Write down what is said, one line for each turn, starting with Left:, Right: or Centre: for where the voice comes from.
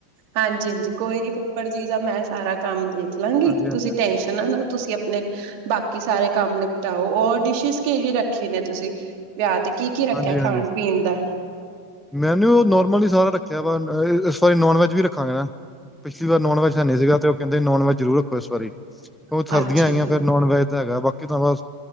Right: ਹਾਂਜੀ, ਹਾਂਜੀ ਕੋਈ ਨੀ ਫੁੱਫੜ ਜੀ ਦਾ ਮੈਂ ਸਾਰਾ ਕੰਮ ਦੇਖ। ਲੰਘ ਗਈ
Centre: ਹਾਂਜੀ,
Right: ਤੁਸੀਂ
Centre: ਹਾਂਜੀ, ਹਾਂਜੀ,
Right: ਟੈਂਨਸ਼ਨ ਨਾ ਲਓ ਤੁਸੀਂ ਆਪਣੇ। ਬਾਕੀ ਸਾਰੇ ਕੰਮ ਨਿਪਟਾਓ ਔਰ ਡਿਸ਼ਜ ਕਿਹੜੀ ਰੱਖੀ ਨੇ ਤੁਸੀਂ? ਵਿਆਹ ਤੇ ਕੀ ਕੀ ਰੱਖਿਆ
Centre: ਹਾਂਜੀ, ਹਾਂਜੀ
Right: ਖਾਣ ਪੀਣ ਦਾ।
Centre: ਮੈਨਿਊ ਨੋਰਮਲ ਹੀ ਸਾਰਾ ਰੱਖਿਆ ਵਾ ਸੋਰੀ ਨੋਨ ਵੈਜ ਵੀ ਰੱਖਾਂਗੇ ਨਾ। ਪਿਛਲੀ ਵਾਰ ਨੋਨ ਵੈਜ ਹੈ ਨਹੀਂ ਸੀਗਾ ਉਹ ਕਹਿੰਦੇ ਨੋਨ ਵੈੱਜ ਜ਼ਰੂਰ ਰੱਖੋ ਇਸ ਵਾਰੀ। ਉਹ
Right: ਅੱਛਾ-ਅੱਛਾ
Centre: ਸਰਦੀਆਂ ਹੈਗੀਆਂ
Right: ਜੀ
Centre: ਫਿਰ ਨੋਨ ਵੈਜ ਤਾਂ ਹੈਗਾ ਬਾਕੀ। ਕਿ ਤਾਂ ਬਸ